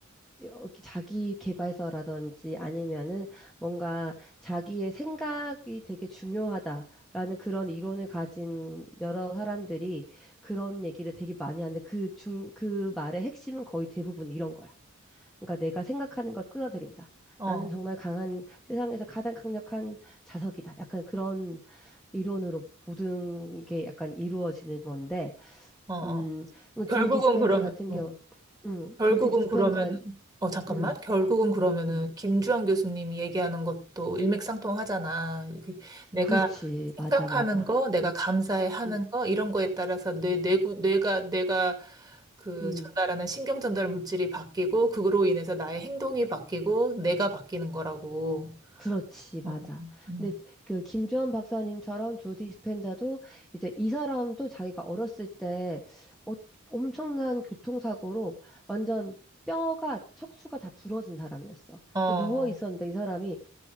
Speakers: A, in the centre; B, on the right.
A: 이렇게 자기 개발서라든지 아니면은 뭔가 자기의 생각이 되게 중요하다라는 그런 이론을 가진 여러 사람들이 그런 얘기를 되게 많이 하는데 그 중, 그 말의 핵심은 거의 대부분 이런 거야. 그러니까 내가 생각하는 걸 끌어들인다.
B: 어,
A: 나는 정말 강한 세상에서 가장 강력한 자석이다. 약간 그런 이론으로 모든 게 약간 이루어지는 건데,
B: 어, 어.
A: 음,
B: 결국은
A: 조 디스펜자
B: 그러면,
A: 같은
B: 어,
A: 경우, 음,
B: 결국은
A: 조 디스펜자,
B: 그러면은, 어, 잠깐만.
A: 음.
B: 결국은 그러면은,
A: 음.
B: 김주환 교수님이 얘기하는 것도 일맥상통하잖아. 이게 내가
A: 그렇지. 맞아,
B: 생각하는
A: 맞아.
B: 거, 내가 감사해 하는
A: 음,
B: 거, 이런 거에 따라서 내 뇌구, 뇌가, 내가 그
A: 음,
B: 전달하는 신경 전달 물질이 바뀌고, 그거로 인해서 나의 행동이 바뀌고, 내가 바뀌는 거라고.
A: 그렇지,
B: 어,
A: 맞아.
B: 음.
A: 근데 그 김주원 박사님처럼 조디 스펜자도 이제 이 사람도 자기가 어렸을 때 어- 엄청난 교통사고로 완전 뼈가 척추가 다 부러진 사람이었어.
B: 어,
A: 누워 있었는데 이 사람이